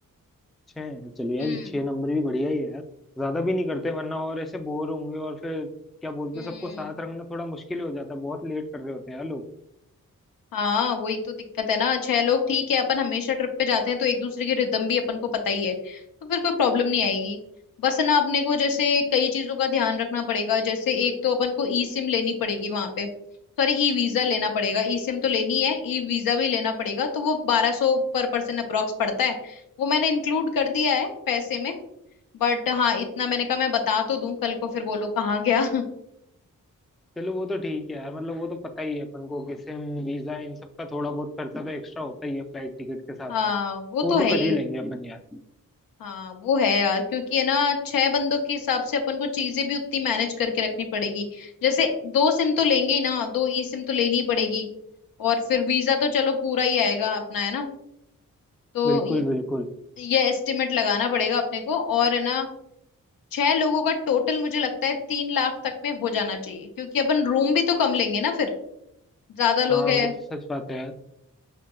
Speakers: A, in the centre; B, on the left (about 80°).
A: छह हैं चलो यार
B: हम्म
A: छह नंबर भी बढ़िया ही है यार ज्यादा भी नहीं करते वरना और ऐसे बोर होंगे और फिर क्या बोलते
B: हम्म
A: हैं, सबको साथ रखना थोड़ा मुश्किल हो जाता है बहुत लेट कर रहे होते हैं यार लोग
B: हाँ वही तो दिक्कत है ना छह लोग ठीक है अपन हमेशा ट्रिप पे जाते हैं तो एक दूसरे की रिदम भी अपन को पता ही है तो फिर कोई प्रॉब्लम नहीं आएगी बस ना अपने को जैसे कई चीजों का ध्यान रखना पड़ेगा जैसे एक तो अपन को ई सिम लेनी पड़ेगी वहां पे सॉरी ई वीजा लेना पड़ेगा ई सिम तो लेनी है ई वीजा भी लेना पड़ेगा तो वो बारह सौ पर पर्सन अप्रोक्स पड़ता है वो मैंने इंक्लूड कर दिया है पैसे में बट हाँ इतना मैंने कहा मैं बता तो दूं कल को फिर बोलो कहाँ गया <laughs>
A: चलो वो तो ठीक है यार मतलब वो तो पता ही है अपन को कि सिम वीजा इन सब का थोड़ा बहुत खर्चा तो एक्स्ट्रा होता ही है फ्लाइट टिकट के साथ
B: हाँ
A: साथ तो
B: वो
A: वो
B: तो
A: तो
B: है ही
A: कर ही लेंगे अपन यार
B: हाँ वो है यार क्योंकि है ना छह बंदों के हिसाब से अपन को चीजें भी उतनी मैनेज करके रखनी पड़ेगी जैसे दो सिम तो लेंगे ही ना दो ई सिम तो लेनी ही पड़ेगी और फिर वीजा तो चलो पूरा ही आएगा अपना है ना तो
A: बिल्कुल
B: य-
A: बिल्कुल
B: ये एस्टिमेट लगाना पड़ेगा अपने को और है ना छह लोगों का टोटल मुझे लगता है तीन लाख तक में हो जाना चाहिए क्योंकि अपन रूम भी तो कम लेंगे ना फिर ज्यादा लोग
A: हाँ
B: है
A: वो तो सच बात है यार